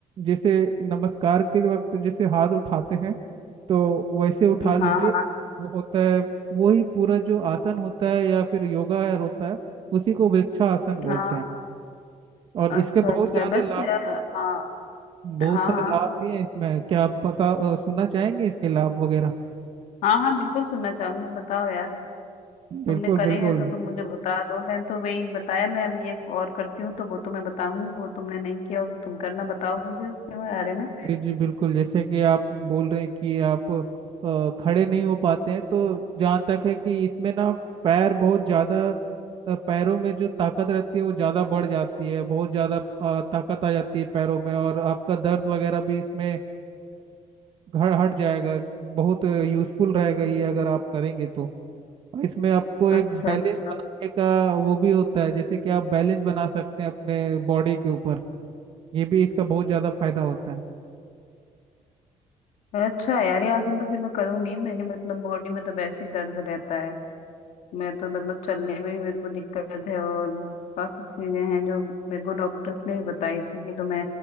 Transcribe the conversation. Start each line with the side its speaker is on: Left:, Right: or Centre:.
Right: जैसे नमस्कार के वक्त जैसे हाथ उठाते हैं तो वैसे उठा लीजिए
Left: हाँ
Right: वो होता है वही पूरा जो आसन होता है या फिर योगा है होता है उसी को वृक्षासन बोलते
Left: हाँ
Right: हैं और
Left: अच्छा
Right: इसके बहुत
Left: अच्छा
Right: ज़्यादा
Left: बस
Right: लाभ
Left: यार हाँ
Right: बहुत
Left: हाँ
Right: सारे
Left: हाँ
Right: लाभ भी हैं इसमें क्या आप बता अ, सुनना चाहेंगे इसके लाभ वगैरह
Left: हाँ हाँ बिल्कुल सुनना चाहूंगी बताओ यार
Right: बिल्कुल
Left: तुमने करे
Right: बिल्कुल
Left: हैं तो तुम मुझे बता दो मैंने तो वही बताया मैं अभी एक और करती हूँ तो वो तुम्हें बताऊंगी वो तुमने नहीं किया हो तो तुम करना बताओ मुझे उसके बारे में
Right: जी जी बिल्कुल जैसे कि आप बोल रहे हैं कि आप अ, खड़े नहीं हो पाते हैं तो जहाँ तक है कि इसमें ना पैर बहुत ज़्यादा अ, पैरों में जो ताकत रहती है वो ज़्यादा बढ़ जाती है बहुत ज़्यादा अ, ताकत आ जाती है पैरों में और आपका दर्द वगैरह भी इसमें अ, घ- हट जाएगा बहुत यूज़फुल रहेगा ये अगर आप करेंगे तो और इसमें आपको एक
Left: अच्छा
Right: बैलेंस
Left: अच्छा
Right: बनाने का वो भी होता है जैसे कि आप बैलेंस बना सकते हैं अपने बॉडी के ऊपर ये भी इसका बहुत ज़्यादा फायदा होता है
Left: अच्छा यार ये आसन तो फिर मैं करूंगी मेरी मतलब बॉडी में तो वैसे ही दर्द रहता है मैं तो मतलब चलने में भी मेरे को दिक्कत है और काफी चीजें हैं जो मेरे को डॉक्टर्स ने भी बताई थी कि तुम्हें